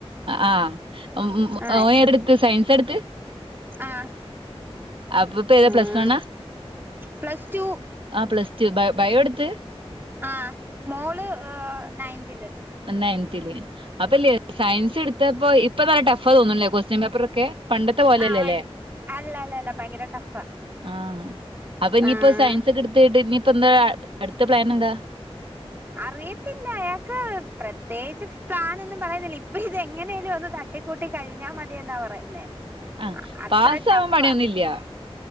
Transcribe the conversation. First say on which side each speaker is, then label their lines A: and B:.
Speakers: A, on the right; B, on the right.
A: ആഹ് ഉം
B: ആഹ്
A: ഓൻ ഏതെടുത്ത് സയൻസാ എട്ത്ത്
B: ആഹ്
A: അപ്പപ്പ ഏതാ
B: ആഹ്
A: പ്ലസ് വണ്ണാ
B: പ്ലസ് ടു
A: ആ പ്ലസ് ടു ബയോ ഇട്ത്ത്
B: ആഹ് മോള് നയന്തില്
A: നയൻന്തില് അപ്പല്ലെ സയൻസ് ഇട്ത്തപ്പോ ഇപ്പ നല്ല ടഫാ തോന്ന്ല്ലെ കോസ്‌ ചെങ്കാപ്പുറൊക്കെ പണ്ടത്തെ പോലെല്ലല്ലേ
B: ആഹ് ഭയ അല്ല അല്ല അല്ല ഭയങ്കര ടഫാ
A: ആഹ് അപ്പ ഇനിയിപ്പോ
B: ആഹ്
A: സയൻസ് ഒക്കെ ഇട്ത്ട് ഇനിയിപ്പോ എന്താ അടുത്ത പ്ലാൻ എന്താ?
B: അറിയത്തില്ല അയാക്ക് പ്രത്യേകിച്ച് പ്ലാനൊന്നും പറയുന്നില്ല ഇപ്പ ഇത് എങ്ങനെലും ഒന്ന് തട്ടിക്കൂട്ടി കഴിഞ്ഞാ മതിയെന്നാ പറയുന്നേ
A: ആഹ്
B: അത്രട്ടഫാ
A: പാസ്സാവാൻ പണിയൊന്നുംല്ല